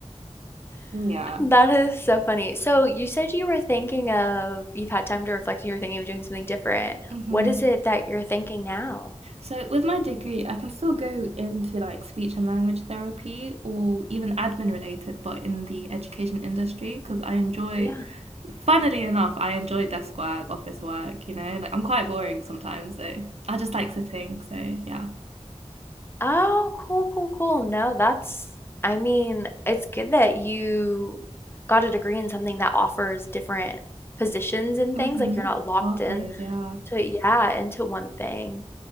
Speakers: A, on the right (about 65°); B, on the left (about 20°).
A: <laughs> yeah.
B: that is so funny. So you said you were thinking of you've had time to reflect and you were thinking of doing something different.
A: hmm
B: What is it that you're thinking now?
A: So with my degree, I can still go into like speech and language therapy or even admin related, but in the education industry because I enjoy
B: Yeah.
A: funnily enough, I enjoy desk work, office work, you know, like I'm quite boring sometimes, so I just like sitting, so yeah.
B: Oh, cool, cool, cool. No, that's I mean, it's good that you got a degree in something that offers different positions and
A: Mm-hmm.
B: things, like you're not locked
A: Pathways,
B: in.
A: yeah.
B: So yeah, into one thing.